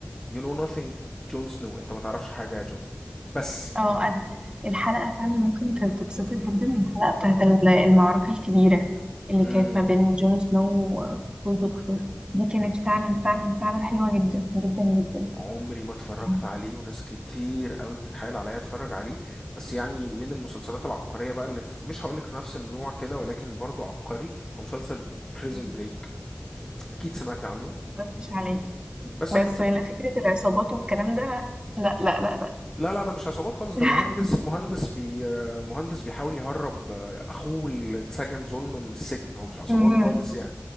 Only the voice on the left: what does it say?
يو نو nothing جون سنو انت ما تعرفش حاجة يا جون بس
مم.
عمري ما اتفرجت
عليه وناس كتير قوي بتتحايل عليا اتفرج عليه بس يعني من المسلسلات العبقرية بقى اللي في مش هقولك في نفس النوع كده ولكن برضو عبقري هو مسلسل بريزن
بريك اكيد سمعتي عنه
بس
اكيد سمعت
لا لا ده مش عصابات خالص ده
مهندس مهندس بي آه، مهندس بيحاول يهرب آه، اخوه اللي اتسجن ظلم من السجن هو مش عصابات
خالص يعني